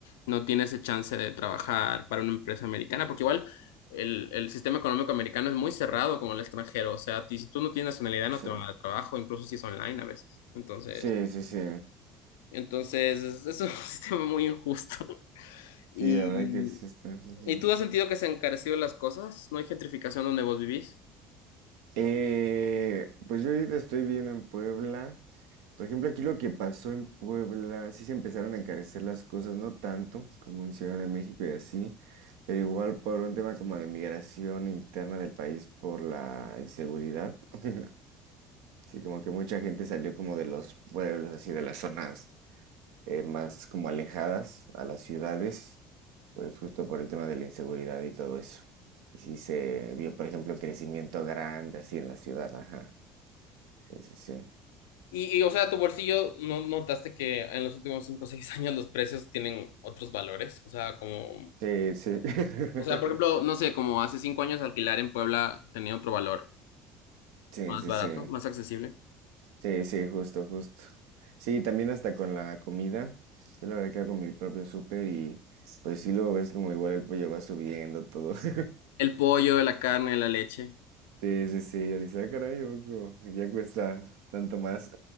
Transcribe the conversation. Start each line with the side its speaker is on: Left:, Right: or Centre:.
Left: no tiene ese chance de trabajar para una empresa americana, porque igual el, el sistema económico americano es muy cerrado como el extranjero, o sea, ti- si tú no tienes nacionalidad no
Right: sí.
Left: te van a dar trabajo, incluso si es online a veces. Entonces...
Right: Sí, sí, sí.
Left: Entonces, es es un <laughs> sistema muy injusto.
Right: Sí,
Left: Y,
Right: la verdad que sí está. ujú.
Left: ¿y tú has sentido que se han encarecido las cosas? ¿No hay gentrificación donde vos vivís?
Right: Eh, pues yo ahorita estoy viendo en Puebla. Por ejemplo, aquí lo que pasó en Puebla, sí se empezaron a encarecer las cosas, no tanto como en Ciudad de México y así, pero igual por un tema como de migración interna del país por la inseguridad. <laughs> Sí, como que mucha gente salió como de los pueblos, así de las zonas. eh, más como alejadas a las ciudades, pues justo por el tema de la inseguridad y todo eso. Y sí se vio, por ejemplo, crecimiento grande así en la ciudad, ajá. Sí, sí, sí.
Left: Y, y, o sea, tu bolsillo, ¿no notaste que en los últimos 5 o 6 años los precios tienen otros valores? O sea, como,
Right: Sí, sí. <laughs>
Left: o sea, por ejemplo, no sé, como hace 5 años alquilar en Puebla tenía otro valor,
Right: Sí,
Left: más
Right: sí,
Left: barato,
Right: sí.
Left: más accesible.
Right: Sí, sí, justo, justo. Sí, también hasta con la comida. Yo la verdad que hago mi propio súper y pues sí, luego ves como igual el pollo va subiendo todo. <laughs>
Left: El pollo, la carne, la leche.
Right: Sí, sí, sí, yo dije, ah, caray, ¿a poco ya cuesta tanto más.